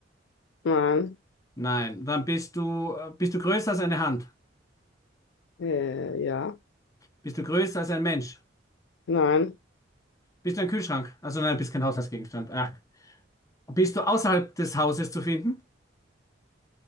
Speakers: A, on the left; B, on the left.
A: Nein.
B: Nein, dann bist du, äh, bist du größer als eine Hand?
A: Äh, ja.
B: Bist du größer als ein Mensch?
A: Nein.
B: Bist du ein Kühlschrank? Also nein, bist kein Haushaltsgegenstand. Ah. Bist du außerhalb des Hauses zu finden?